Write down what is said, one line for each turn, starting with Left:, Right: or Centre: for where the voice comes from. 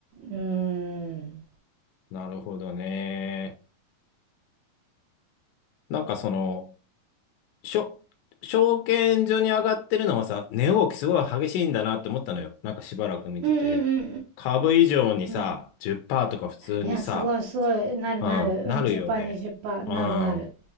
Right: うん。
Left: なるほどね。なんかその、しょ、証券所に上がってるのはさ、値動きすごい激しいんだなって思ったのよ。なんかしばらく見てて。
Right: うんうんうんうんうんうんうんう
Left: 株以上にさ、
Right: ん。
Left: 10%とか普通にさ、
Right: いや、すごいすごい。
Left: さうん、
Right: なるなる。
Left: なるよね。
Right: うん、10%、20%。
Left: うん。
Right: なるなる。